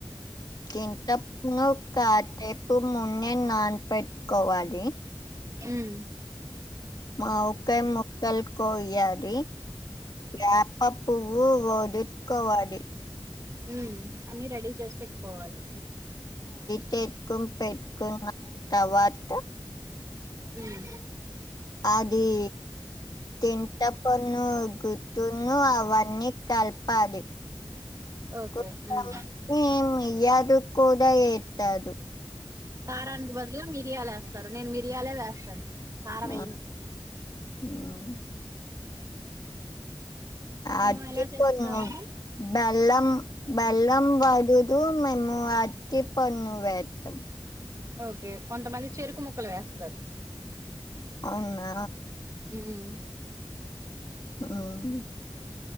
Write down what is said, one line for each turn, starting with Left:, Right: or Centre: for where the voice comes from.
Left: కింతప్పును కాసేపు మున్నే నానపెట్టుకోవాలి.
Right: ఉహ్
Left: మావికా ముక్కలు కోయ్యాలి వాప పువ్వు డిట్ కోవాడి
Right: ఉమ్ అన్ని రెడీ చేసి పెట్టుకోవాలి
Left: తేకోని పెట్కున్ తవాత
Right: ఉమ్
Left: అదీ తింతపన్ను గుత్తును అవన్నీ కల్ పాలి
Right: ఓకే
Left: <unintelligible>
Right: ఉమ్
Left: మీ యాదు క్కూడా ఏత్తాదు
Right: కారానికి బదులు మి రియాలు వేస్తారు నేను మిరియాలే వేస్తాను. కారం
Left: మన్
Right: వేయను
Left: హ్మ్మ్
Right: మేము
Left: అట్టిపన్ను
Right: ఎలా చేస్తాము
Left: బెల్లం బెల్లం వదుదు మేము అ టిపన్ను వేత్తం
Right: ఓకే కొంతమంది చెరుకు ముక్కలు వేస్తారు
Left: అవునా
Right: మ్మ్ హ్మ్
Left: మ్ హ్మ్